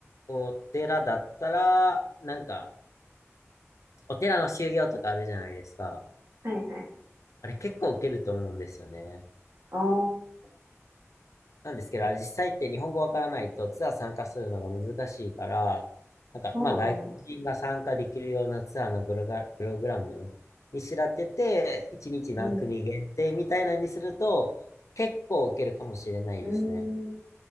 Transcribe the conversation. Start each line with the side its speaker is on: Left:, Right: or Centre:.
Left: お寺だったら、なんか、お寺の修行とかあるじゃないですか。
Right: はいはい。
Left: あれ結構受けると思うんですよね。
Right: ああ、
Left: なんですけど、あれ実際って日本語わからないとツアー参加するのが難しいから、なんか、
Right: そうなんだ。
Left: まあ外国人が参加できるようなツアーのブロガ、プログラムにしらってて、1日何組限定みたいなのにすると、
Right: うん。う
Left: 結構受けるかもしれないですね。
Right: ーん。